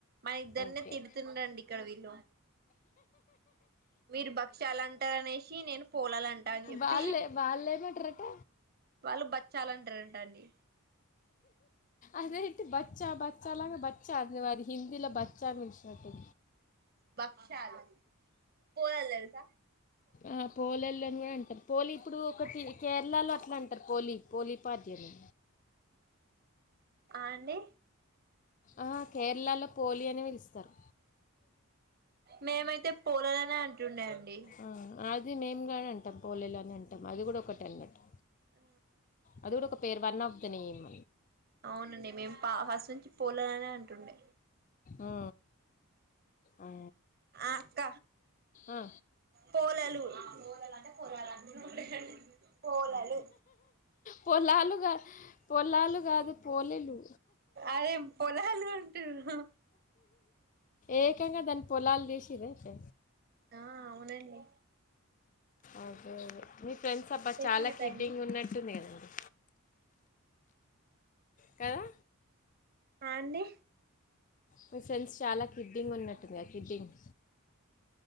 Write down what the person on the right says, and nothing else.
మన ఇద్దరినే
తిడుతుండండి
ఇక్కడ వీళ్ళు మీరు భక్ష్యలు అంటార అనేసి నేను పోలాలు అంటా అని చెప్పి
వాళ్ళు బచ్చాలు లంటా రంటండి
బక్షాలూ పోలలు తెల్స
ఆ అండి
మేమైతే పోలాలనే అంటుండే అండి
ఆ
అవునండి మేము పా ఫస్ట్ నుంచి పోలాలనే అంటుండే
అక్క
పోలాలు ఆ పోలాల అంటే పొరవాలంటే పోలలు
అదేం పొలాలు అంటుర్రు
ఆ అవునండి
ఎంతైతుందో
టైము
ఆ అండి